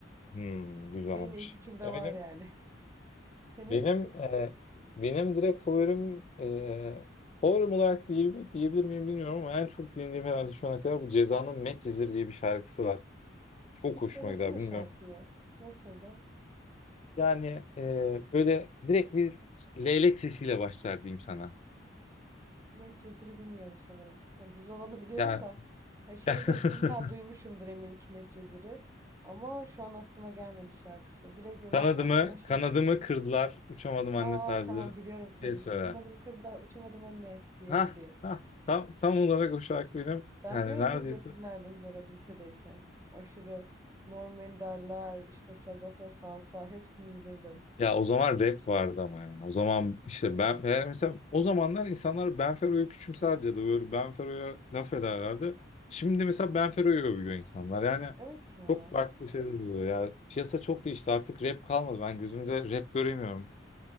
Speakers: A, on the left (about 35°); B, on the right (about 15°).
A: hmm, güzelmiş.
B: Ve yine ilk üçümde
A: Ya
B: var
A: benim
B: yani. <laughs> Senin
A: benim e, benim direkt favorim e, favorim olarak diyebilir, diyebilir miyim bilmiyorum ama en çok dinlediğim herhalde şu ana kadar bu Ceza'nın Medcezir diye bir şarkısı var. Çok
B: bir söylesene
A: hoşuma gider bilmiyorum.
B: şarkıyı. Nasıldı?
A: Yani e, böyle direkt bir leylek sesiyle başlar diyeyim sana.
B: Met Cezir'i bilmiyorum sanırım. Hani dizi olanı biliyorum
A: Yani
B: da hani şeyi
A: <laughs>
B: de illa duymuşumdur eminim ki Medcezir'i. Ama şu an aklıma gelmedi şarkısı. Direkt benim
A: kanadımı
B: ak- aklıma şey
A: kanadımı kırdılar uçamadım
B: aa
A: anne tarzı
B: tamam biliyorum tabii
A: şey söyler.
B: ki kanadımı kırdılar uçamadım anne diye
A: Ha
B: gidiyor.
A: ha tam tam olarak o şarkı benim
B: Ben
A: yani
B: bir ara
A: neredeyse
B: çok rap dinlerdim bu arada lisedeyken. Aşırı Norm Ender'ler işte Sagopa Sansa hepsini bilirdim.
A: Ya o zaman rap vardı ama yani. O zaman işte ben yani mesela o zamanlar insanlar Benfero'yu küçümserdi ya da böyle Benfero'ya laf ederlerdi. Şimdi mesela Benfero'yu övüyor insanlar. Yani
B: Evet ya.
A: çok farklı şeyler oluyor ya. Piyasa çok değişti. Artık rap kalmadı. Ben gözümde rap göremiyorum.